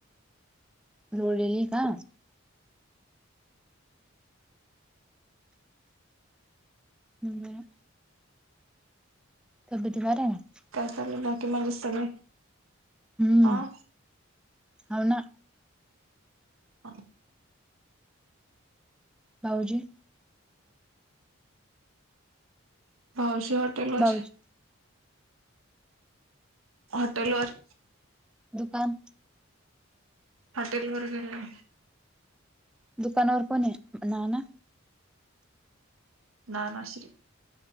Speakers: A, in the centre; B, on the right (about 80°).
A: लोडलेली का ह तब्येती बरे आहे
B: काय चालूलं की मजेत सगळे
A: हम्म
B: हा
A: हाव ना
B: ह
A: भाऊजी
B: भाऊजी हॉटेल वर
A: भाऊजी
B: हॉटेल वर
A: दुकान
B: हॉटेल वर गेले
A: दुकानावर कोण आहे नाना
B: नानाश्री